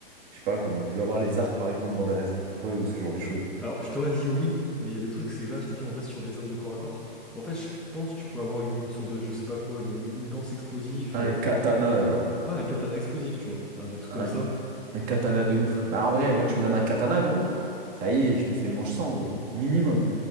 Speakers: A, on the right; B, in the centre.
A: je sais pas, comme on pouvait avoir les arcs par exemple dans des Rare ou ce genre de choses?
B: Alors, je t'aurais dit oui, mais le truc c'est que là, je t'ai dit on reste sur des armes de corps à corps. En fait, je pense que tu pourrais avoir une, une sorte de, je sais pas quoi, une, une lance explosif,
A: Un
B: euh,
A: katana, genre.
B: ouais, un katana explosif, tu vois, hein, des trucs
A: Un
B: comme ça.
A: Un katana de ouf. Bah, en vrai, moi, tu me donnes un katana, gros. Ça y est, je te fais manche 100 gros. Minimum.